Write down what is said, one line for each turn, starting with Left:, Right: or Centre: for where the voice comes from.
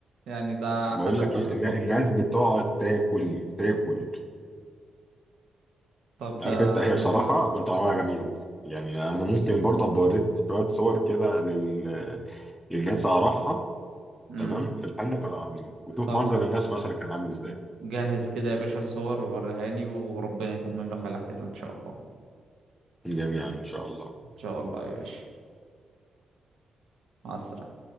Right: يعني ده
Centre: بقول
Right: حدث
Centre: لك ايه
Right: عندكم
Centre: النا- الناس بتقعد تاكل تاكل
Right: طب ده
Centre: عارف انت هي
Right: ده
Centre: بصراحه
Right: كلام حلو
Centre: طعمها جميل يعني انا ممكن برضه أبقى اوريك شويه صور كده لل... للناس اعرفها
Right: امم
Centre: تمام في الحنه كانوا عاملين وشوف
Right: طب
Centre: منظر الناس مثلا كان عامل ازاي
Right: جهز كده يا باشا الصور ووريهاني وربنا يتمم لك على خير ان شاء الله
Centre: جميعا ان شاء الله
Right: ان شاء الله يا باشا مع السلامة